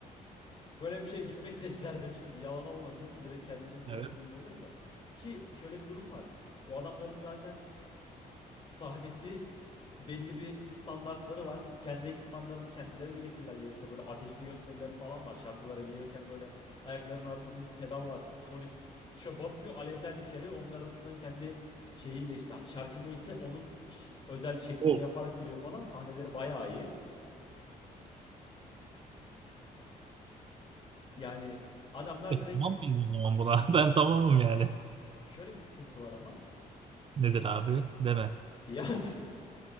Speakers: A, on the left; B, on the right.
A: Böyle bir şeye gitmek de <laughs> isterdim şimdi. Yalan olmasın. Direkt kendimizi düzenliyor
B: Evet.
A: gibi olacağız da. Ki şöyle bir durum var. Bu adamların zaten sahnesi belli bir standartları var. Kendi ekipmanlarını kendileri de getirirler gerekirse. Böyle ateşli gösterileri falan var. Şarkılara giriyorken böyle ayaklarının altında minik pedal var. Solist tuşa basıyor, alevler yükseliyor. Onun arasından kendi şeyiyle işte şarkı neyse onun ş- özel şeklini
B: O.
A: yaparak giriyor falan. Sahneleri bayağı iyi. Yani adamlar
B: E
A: direkt
B: tamam mıyız o zaman buna? <laughs> Ben tamamım yani.
A: şöyle bir sıkıntı var ama
B: Nedir abi? Deme.
A: fiyat. <laughs>